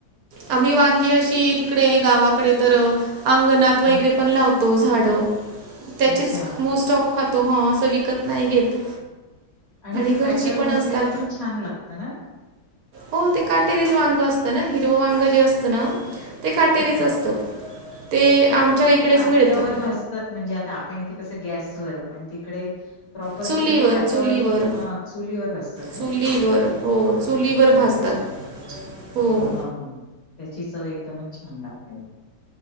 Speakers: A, on the right; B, on the left.
A: आम्ही वांगी अशी तिकडे गावाकडे तर अंगणात
B: हं,
A: वगैरे पण लावतो झाड त्याचेच
B: अच्छा
A: मोस्ट ऑफ खातो ह असं विकत नाही घेत
B: आणि ते
A: घरची
B: कॅटवर
A: पण
B: भजलेलं
A: असतात
B: पण छान लागत ना
A: हो ते काटेरीच वांग असतं ना हिरवं वांग जे असतं ना ते काटेरीच
B: हां.
A: असतं ते आमच्या
B: हो पण ते
A: इकडेच
B: काट्यावर
A: मिळतं
B: भाजतात म्हणजे आता आपण इथे कसं गॅस पण तिकडे प्रॉपर
A: चुलीवर
B: तिकडे काट्यावर
A: चुलीवर
B: ह चुलीवर बसतात का
A: चुलीवर हो चुलीवर भाजतात
B: अच्छा
A: हो
B: हा हा हा त्याची चव एकदमच छान लागते म